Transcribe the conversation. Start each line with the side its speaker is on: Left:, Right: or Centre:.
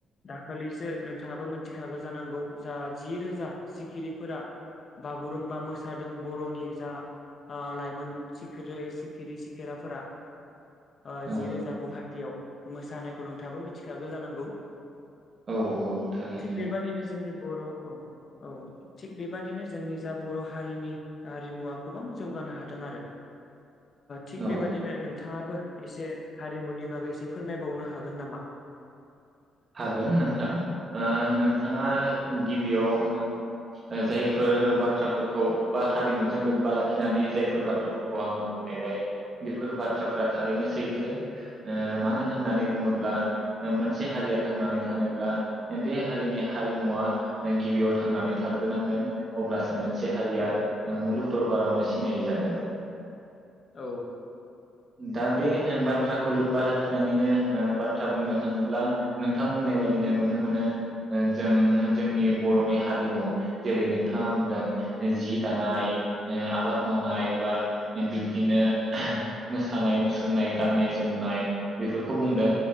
Left: दाखालिसो नोंथाङाबो मोनथिखागो जानांगौ जा जि रोजा सिखिरिफोरा बागुरुम्बा मोसादों बरनि जा ओ लाइमोन सिखोरो सिखिरि सिखिराफोरा अ
Right: औ
Left: जिरोजा गुहाटियाव मोसानायखौ नोंथाङाबो मिथिखागो जानांगौ।
Right: औ औ थारैनो
Left: थिग बेबादिनो जोंनि बर' औ औ थिग बेबादिनो जोंनि जा बर' हारिनि हारिमुवा गोबां जौगानो हादों आरो थिग
Right: औ
Left: बेबादिनो नोंथाङाबो एसे हारिमुनि बागै एसे फोरमायबावनो हागोन नामा?
Right: हागोन नोंथां ओ नोंथ थाङा
Left: औ
Right: गिबियाव जायफोर बाथ्राफोरखौ बा हारिमुजों लोब्बा लाखिनानै जायफोर बाथ्राफोर औ आंनो फोरमायबाय बेफोर बाद थ्राफ्रा थारैनो
Left: औ
Right: सैथो ओ मानो होननानै
Left: औ
Right: बुङोब्ला मोनसे हारिया थांनानै थानोब्ला बे हारिनि हारिमुवा गिबियाव थांनानै थाग्रोनांगोन अब्लास मोनसे हारिया
Left: औ
Right: मुलुग दरबारावनो सिनाय जागोन।
Left: औ
Right: दा बे बाथ्राखौ लोब्बा लाखिनानैनो ओ बाथ्रा बुंनो थाङोब्ला नोंथां बुंनाय बादिनो नुनो मोनो ओ जों जोंनि बर'नि हारिमु जेरै नोंथाङा बुंदों जि दानाय ओ आबाद मावनाय बा बिब्दिनो ओहो मोसानाय मुसुरनाय गाननाय जोमनाय बेफोरखौ बुंदों